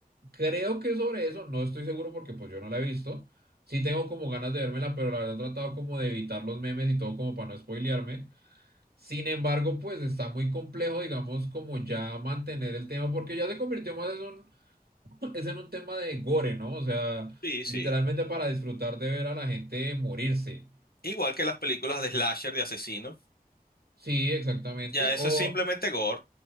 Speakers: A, on the right; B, on the left.
A: creo que sobre eso, no estoy seguro porque pues yo no la he visto. Sí tengo como ganas de vérmela, pero la verdad he tratado como de evitar los memes y todo como para no spoilearme. Sin embargo, pues está muy complejo, digamos, como ya mantener el tema, porque ya se convirtió más en un, <laughs> es en un tema de gore, ¿no? O sea,
B: Sí, sí.
A: literalmente para disfrutar de ver a la gente morirse.
B: Igual que las películas de slasher de asesino.
A: Sí, exactamente.
B: Ya eso
A: O,
B: es simplemente gore.